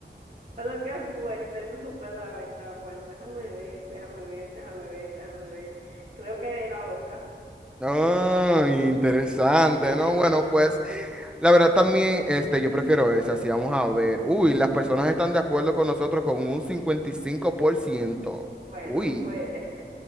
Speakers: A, on the right (about 40°); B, in the centre.
A: Pero qué fuerte, no supero la verdad. Bueno, déjame ver, déjame ver, déjame ver, déjame ver. Creo que la boca.
B: Oh, interesante,
A: <laughs>
B: ¿no? Bueno, pues la verdad también, este, yo prefiero esa, si vamos a ver. Uy, las personas están de acuerdo con nosotros con un cincuenta y cinco por ciento
A: Bueno,
B: Uy,
A: pues <laughs>